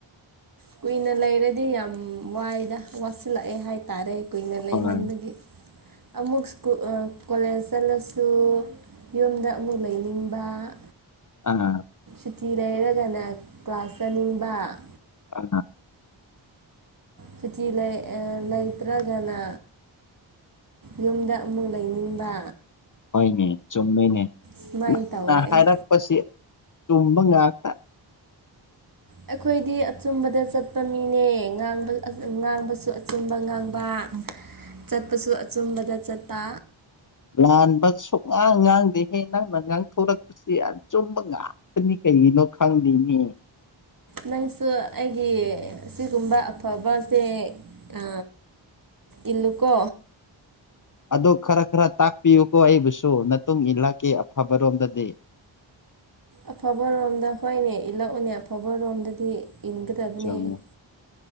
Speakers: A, on the right (about 45°); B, on the left (about 40°).
A: ꯀꯨꯏꯅ ꯂꯩꯔꯗꯤ ꯌꯥꯝ ꯋꯥꯏꯗ ꯋꯥꯠꯁꯤꯜꯂꯛꯑꯦ ꯍꯥꯏꯇꯥꯔꯦ ꯀꯨꯏꯅ ꯂꯩꯃꯟꯕꯒꯤ
B: ꯍꯣꯏ
A: ꯑꯃꯨꯛ ꯁ‍꯭ꯀꯨꯜ ꯀꯣꯂꯦꯖ ꯆꯠꯂꯁꯨ ꯌꯨꯝꯗ ꯑꯃꯨꯛ ꯂꯩꯅꯤꯡ ꯕ
B: ꯑ
A: ꯁꯨꯇꯤ ꯂꯩꯔꯒꯅ ꯀ꯭ꯂꯥꯁ ꯆꯠꯅꯤꯡꯕ
B: ꯑ
A: ꯁꯨꯇꯤ ꯂꯩ ꯑ ꯂꯩ ꯇ꯭ꯔꯒꯅ ꯌꯨꯝꯗ ꯑꯃꯨꯛ ꯂꯩꯅꯤꯡꯕ
B: ꯍꯣꯏꯅꯦ ꯆꯨꯝꯃꯦꯅꯦ
A: ꯁꯨꯃꯥꯏꯅ
B: ꯅꯪꯅ
A: ꯇꯧꯋꯦ
B: ꯍꯥꯏꯔꯛꯄꯁꯤ
A: ꯑꯩ
B: ꯇꯨꯝꯕ ꯉꯥꯛꯇ
A: ꯑꯩꯈꯣꯏꯗꯤ ꯑꯆꯨꯝꯕꯗ ꯆꯠꯄ ꯃꯤꯅꯦꯕ ꯉꯥꯕ ꯉꯥꯡꯕꯁꯨ ꯑꯆꯨꯝꯕ ꯉꯥꯡꯕ ꯆꯠꯄꯁꯨ ꯑꯆꯨꯝꯕꯗ ꯆꯠꯄ
B: ꯂꯥꯟꯕ ꯁꯨꯛꯉꯥꯡ ꯉꯥꯡꯗꯦ ꯍꯦ ꯅꯪꯡꯅ ꯉꯥꯡ ꯊꯣꯔꯛꯄꯁꯤ ꯑ ꯆꯨꯝꯕ ꯉꯥꯛꯇꯅꯤ ꯀꯩ ꯀꯩꯒꯤꯅꯣ ꯈꯪꯗꯤꯅꯤ
A: ꯅꯪꯁꯨ ꯑꯩꯒꯤ ꯁꯤꯒꯨꯝꯕ ꯑꯐꯕꯁꯦ ꯑ ꯏꯜꯂꯨꯀꯣ
B: ꯑꯗꯨ ꯈꯔ ꯈꯔ ꯇꯥꯛꯄꯤꯌꯨꯀꯣ ꯑꯩꯕꯨꯁꯨ ꯅꯇꯨꯡ ꯏꯜꯂꯛꯀꯦ ꯑꯐꯕꯔꯣꯝꯗꯗꯤ <inaudible>
A: ꯑꯐꯕ ꯔꯣꯝꯗ ꯍꯣꯏꯅꯦ ꯏꯜꯂꯛꯎꯅꯦ ꯑꯐꯕꯔꯣꯝꯗꯗꯤ ꯏꯟꯒꯗꯕꯅꯦ
B: ꯆꯨꯝꯃꯦ